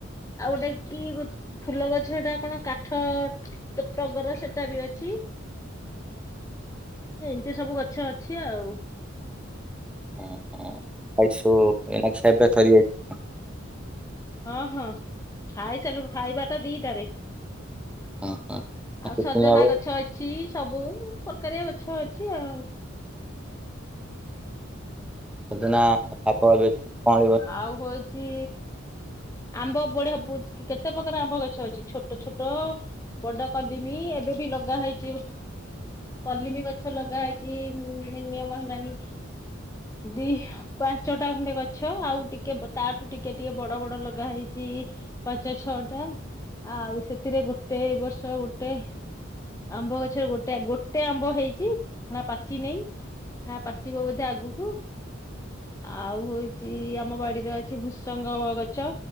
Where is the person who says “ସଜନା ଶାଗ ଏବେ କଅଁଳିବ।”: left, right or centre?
Centre